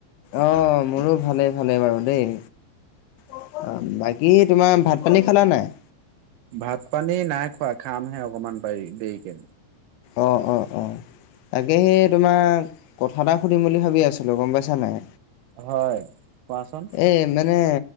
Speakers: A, on the left; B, on the right.
A: অ মোৰো ভালে ভালে বাৰু দেই। অ', বাকী তোমাৰ ভাত-পানী খালা নাই?
B: ভাত-পানী নাই খোৱা খামহে অকনমান পাৰি দেৰিকে।
A: অ' অ' অ'। তাকেহে তোমাৰ কথা এটা সুধিম বুলি ভাবি আছিলো গম পাইছা নাই?
B: হয়, কোৱাচোন।
A: এ মানে